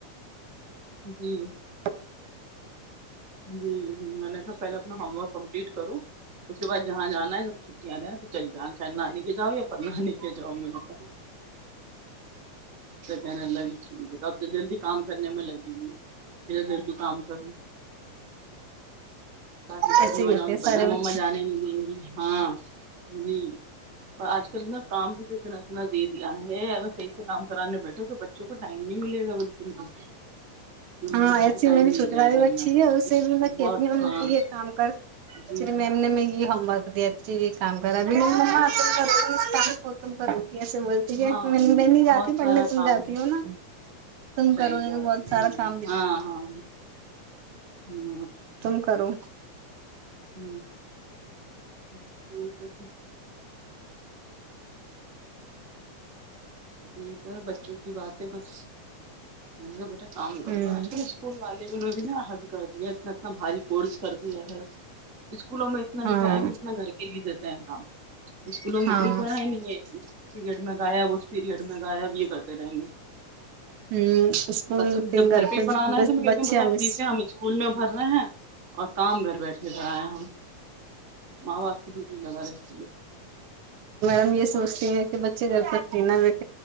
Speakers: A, on the right; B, on the right.
A: جی جی
B: <inaudible>
A: جی ج میں نے کہا پہلے اپنا ہوم ورک کمپلیٹ کروں اس کے بعد جہاں جانا ہے جب چھٹیاں جائیں تو چلی جانا چاہے نانی کے جاؤ یا پرنانی کے جاؤ میں نے کہا کہنے لگی ٹھیک ہےب جلدی کام کرنے میں لگی گئی پیرے دل کو کام کروں تاکہ
B: ایسے
A: فری ہو
B: ہی ہوتے
A: جاؤ میں
B: ہیں سارے
A: پتا ہے مما
B: بچے
A: جانے ہی نہیں جی ہاں جی پر آج کل نہ کام بھی تو اتنا انا دے دیا ہے اگر صحیح سے کام کرانے بیٹھے تو بچوں کو ٹائم نہیں ملے گا بالکل بھی کہ
B: ہاں
A: بچوں
B: ایسی
A: کو ٹائم
B: میری
A: مل
B: چھوٹی
A: جائے
B: والی
A: گھر
B: بچھی
A: میں
B: اسے بھی میں
A: بہت
B: کہتی ہوں
A: ہاں
B: م یہ کام کرری
A: جی
B: میم نے م یہ ہومورک <unintelligible> یہ کام کرا بھی <unintelligible> تم کرو گی ایسے بولتی
A: ہاں
B: ہے میں میں نہیں جاتی
A: بہت
B: پڑھنے
A: سارا
B: تم
A: کام
B: جاتی ہو نا تم
A: صحیح
B: کرو
A: بات
B: بہت
A: ہے
B: سارا
A: ہاں ہاں ہاں
B: <unintelligible> کرو
A: ہ ہ ٹھیک ہے پھر یہ تو ہے بچوں کی باتیں بس میں نے کہا بیٹا کام کر
B: ہوں
A: لوں آج کل اسکول والے نے بھی نا حل کر دیا اتنا اتنا بھاری کورس کر دیا ہے اسکو میں اتنا نہیں
B: ہاں
A: کریں گےجیتنا گھر کے لیے دیتے ت کام اسکولوں میں
B: ہاں
A: کوئی پڑھائی نہیں ہے اس پیریٹ میں غائب اس پیریڈ میں گیا اب یہ کرتے رہیں گے
B: ہوں اسکول
A: ب
B: کے
A: جب گھر پہ ہی پڑھانا ہے تو میں کہتی
B: بچے
A: ہ بتا
B: ہیں مس
A: فیسیں ہم اسکول میں بھر رہے ہیں اور کام گھر بیٹھے کرائے ہم ماں باپ کی ڈوٹی لگا رکھی ہے
B: ہم یہ سوچتی ہیں کہ بچے گھر پر پینا بیٹھ